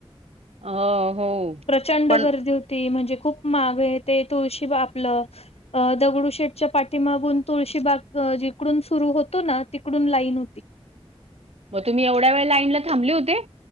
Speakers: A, on the right; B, on the left.
A: अ हो.
B: प्रचंड
A: पण
B: गर्दी हो ती म्हणजे खूप मागे, ते तुळशी बा आपलं ते अ दगडू शेटच्या पाठीमागून तुळशी बाग जिकडून सुरू होतो ना ती तीकडून लाईन होती.
A: म तुम्ही एवढ्या वेळ लाईन ला थांबले होते?